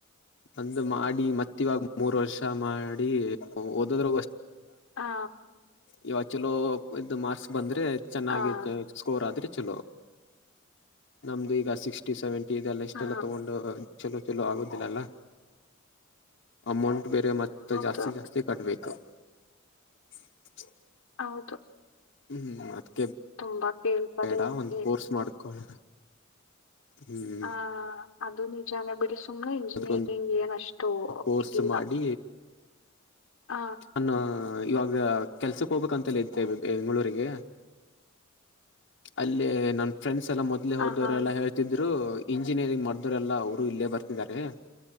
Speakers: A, on the left (about 60°); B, on the left (about 75°).
A: ಅಂದು ಮಾಡಿ ಮತ್ತ ಇವಾಗ ಮೂರ್ ವರ್ಷ ಮಾಡಿ ಓದದ್ರ
B: ಹಾ
A: ಇವಾಗ ಚಲೋ ಇದ ಮಾರ್ಕ್ಸ್ ಬಂದ್ರೆ ಚೆನ್ನಾಗಿ
B: ಹ
A: ಸ್ಕೋರ್ ಆದ್ರೆ ಚಲೋ ನಮ್ದು ಈಗ ಸಿಕ್ಸ್ಟಿ ಸೆವೆಂಟಿ ಇದೆಲ್ಲ ಇಷ್ಟೆಲ್ಲ
B: ಹಾ
A: ತಗೊಂಡು ಚಲೋ ಚಲೋ ಆಗದಿಲ್ಲಲ್ಲ ಅಮೌಂಟ್ ಬೇರೆ ಮತ್ತ
B: ಹೌದು
A: ಜಾಸ್ತಿ ಜಾಸ್ತಿ ಕಟ್ಬೇಕು ತ <inaudible>
B: ಹೌದು
A: ಹ್ಮ್
B: ತುಂಬಾ ಕೇಳ್ತಾರೆ
A: ಬೇಡ ಒಂದ
B: ಹ್ಮ್.
A: ಕೋರ್ಸ್ ಮಾಡ್ಕೊಳ ಹ್ಮ್
B: ಹ ಅದು ನಿಜಾನ ಬಿಡಿ ಸುಮ್ನೆ ಇಂಜಿನಿಯರಿಂಗ್
A: ಯಾವ್ದಾದ್ರು
B: ಏನ್ <unintelligible>
A: ಕೋರ್ಸ್
B: ಇದಿಲ್ಲ
A: ಮಾಡಿ
B: ಹ
A: ನನ್ನ ಇವಾಗ ಕೆಲ್ಸಕ್ಕೆ ಹೋಗ್ಬೇಕಂತಲ್ಲ ಇದ್ದೆ ಬೆಂಗಳೂರಿಗೆ ಅಲ್ಲೇ ನನ್ ಫ್ರೆಂಡ್ಸ್ ಎಲ್ಲ ಮೊದ್ಲೆೇ
B: ಹ
A: ಹೋದವರೆ
B: ಹಾ
A: ಎಲ್ಲಾ ಹೇಳ್ತಿದರು ಇಂಜಿನಿಯರಿಂಗ್ ಮಾಡ್ದರೆಲ್ಲ ಅವರು ಇಲ್ಲೇ ಬರ್ತಿದ್ದಾರೆ